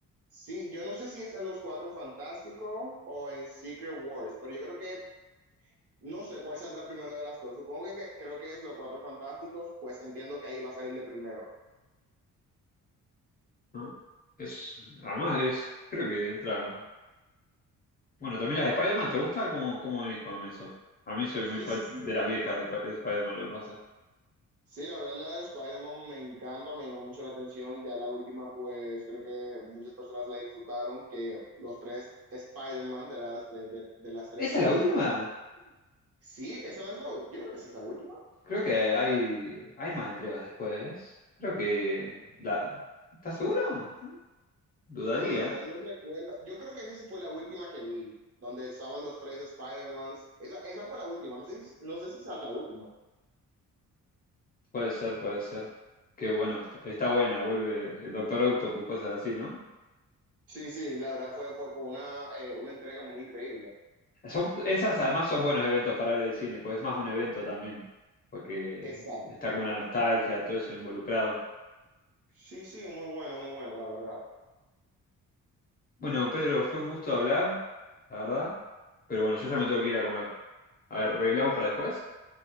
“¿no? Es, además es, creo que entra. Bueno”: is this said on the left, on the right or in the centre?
Left